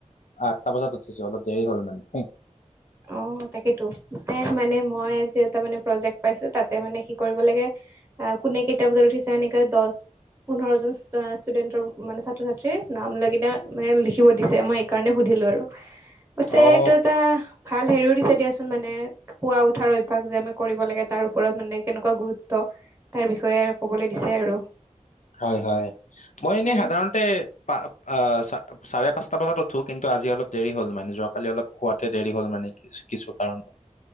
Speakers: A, on the left (about 70°); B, on the right (about 20°).
A: আঠটা বজাত উঠিছো অলপ দেৰি হ'ল মানে,
B: অ তাকেইতো ম মানে মই আজি এটা মানে প্ৰজেক্ট পাইছো তাতে মানে স কৰিব লাগে, অ' কোনে কেইটা বজাত উঠিছো এনেকা দহ পোন্ধৰ জন ষ্টুডেন্টৰ মানে ছাত্ৰ ছাত্ৰীৰ নাম লৈ কনা মানে লিখিব দিছে মই সেইকাৰণে সুধিছো পিছে
A: অ
B: এইটো এটা ভাল হেৰিও দিছে দিয়াচোন মানে পুৱা উঠাৰ অভ্যাস যে আমি কৰিব লাগে তাৰ ওপৰত মানে কেনেকুৱা গুৰুত্ব তাৰ বিষয়ে ক'বলৈ দিছে আৰু
A: হয় হয় মই এনেই
B: এনে
A: সাধাৰণতে পা আ চাৰে পাঁচটা মানত উঠো কিন্তু আজি অলপ দেৰি হ'ল মানে যোৱাকালি অলপ শোৱাতে দেৰি হ'ল মানে কি কিছু কাৰণত